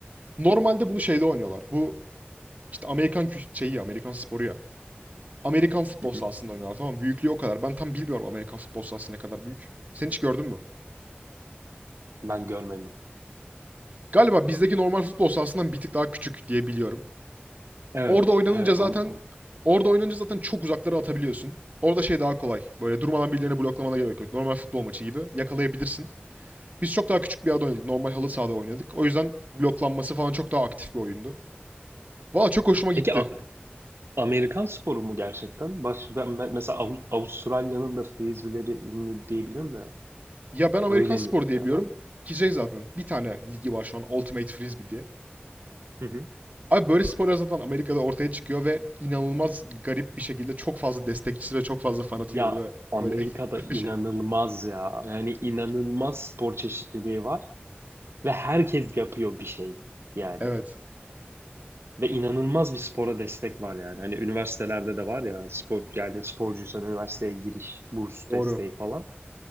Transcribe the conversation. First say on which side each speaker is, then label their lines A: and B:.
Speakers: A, on the right; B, on the right.
A: Normalde bunu şeyde oynuyorlar. Bu işte Amerikan kü şeyi Amerikan sporu ya. Amerikan futbol
B: Hı hı.
A: sahasında oynuyorlar tamam mı? Büyüklüğü o kadar. Ben tam bilmiyorum Amerikan futbol sahası ne kadar büyük. Sen hiç gördün mü?
B: Ben görmedim.
A: Galiba bizdeki normal futbol sahasından bir tık daha küçük diye biliyorum.
B: Evet,
A: Orada oynanınca
B: evet.
A: zaten
B: onu-
A: orada oynanınca zaten çok uzaklara atabiliyorsun. Orada şey daha kolay. Böyle durmadan birilerini bloklamana gerek yok. Normal futbol maçı gibi yakalayabilirsin. Biz çok daha küçük bir yerde oynadık. Normal halı sahada oynadık. O yüzden bloklanması falan çok daha aktif bir oyundu. Valla çok hoşuma gitti.
B: Peki A- Amerikan sporu mu gerçekten? Baş, ben, ben- mesela Av- Avustralya'nın da frisbee'leri ünlü diyebiliyorum ya.
A: Ya, ben Amerikan
B: Öyle
A: spor
B: mi
A: diye
B: ya
A: biliyorum
B: da?
A: ki şey zaten bir tane ligi var şu an Ultimate Frisbee diye.
B: Hı hı.
A: Abi böyle sporlar zaten Amerika'da ortaya çıkıyor ve inanılmaz garip bir şekilde çok fazla destekçisi ve çok fazla fanatiği
B: Ya
A: oluyor.
B: Amerika'da
A: Böyle <laughs> böyle
B: inanılmaz
A: şey.
B: ya. Yani inanılmaz spor çeşitliliği var ve herkes yapıyor bir şey yani.
A: Evet,
B: Ve inanılmaz bir spora destek var yani. Hani üniversitelerde de var ya spor yani sporcuysan üniversiteye giriş, burs
A: doğru.
B: desteği falan.